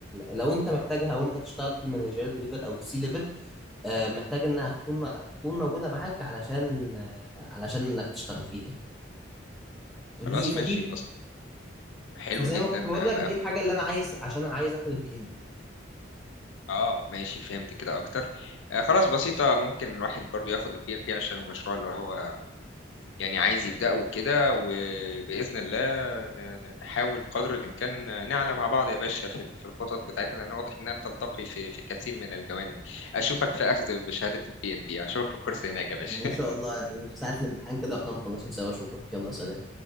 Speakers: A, in the centre; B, on the left.
A: لو انت محتاجها وانت تشتغل في المانجيريال ليفل او السي ليفل آه، محتاج انها تكون تكون موجودة معاك علشان آه، علشان انك تشتغل فيها يعني فدي
B: خلاص
A: فدي
B: ماشي حلو
A: فزي
B: جدا
A: ما كنت بقول
B: آه،
A: لك
B: باخد
A: دي الحاجة اللي انا عايز عشان انا عايز اخد البي ام بي
B: اه ماشي فهمت كده اكتر آه خلاص بسيطة ممكن الواحد برضو ياخد البي ان بي عشان المشروع اللي هو يعني عايز يبدأه كده وبإذن الله ن- ن- نحاول قدر الإمكان نعلى مع بعض يا باشا في ال- في الخطط بتاعتنا لأن واضح إنها بتلتقي في في كثير من الجوانب أشوفك في أخذ بشهادة البي ان بي أشوفك في الكورس هناك يا باشا
A: يعني ان شاء الله يعني في ساعة الامتحان كده واحنا مخلصين سوا اشوفك يلا سلام